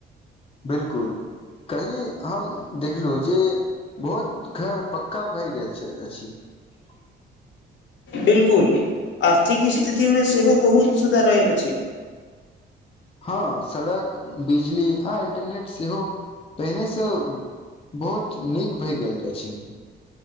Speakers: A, on the left; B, on the left.
A: 'बिलकुल' कैलही हम देखलहुँ जे, बहुत घर पक्का भए गेल अछि। <unintelligible>
B: 'बिल्कुल' आर्थिक स्थितिमे, सेहो बहुत सुधार आयल अछि।
A: हँ सड़क, बिजली, आ इंटरनेट, सेहो पहिनेसँ बहुत नीक भेल जायत अछि।